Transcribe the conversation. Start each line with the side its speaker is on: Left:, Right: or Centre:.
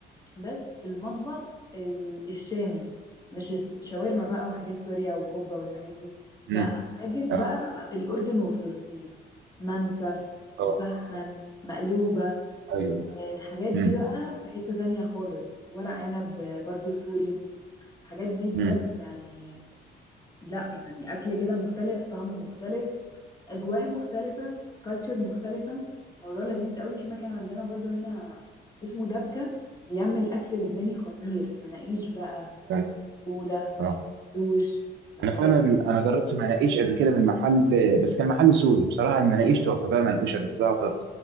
Left: بس المطبخ ال- الشامي مش الشاورما بقى وحاجات سوريا وكوبا والحاجات دي
Right: امم
Left: لا حاجه
Right: اه
Left: بقى الاردن وفلسطين منسف
Right: آه.
Left: مسخن مقلوبه
Right: ايوه
Left: آه، الحاجات دي
Right: امم
Left: بقى في حتة تانية خالص ورق عنب برضو سوري الحاجات دي بجد
Right: امم
Left: يعني لا يعني اكل كده مختلف طعم مختلف اجواء مختلفه كالتشر مختلفه موضوع لذيذ قوي في مكان عندنا برضو هنا اسمه دبكه بيعمل اكل لبناني خطير مناقيش بقى
Right: طيب
Left: وفوله
Right: اه
Left: دوش والحاجات
Right: انا فعلا انا جربت المناقيش قبل كده من محل بس كان محل سوري بصراحه المناقيش تحفه بقى منقوشه بالزعتر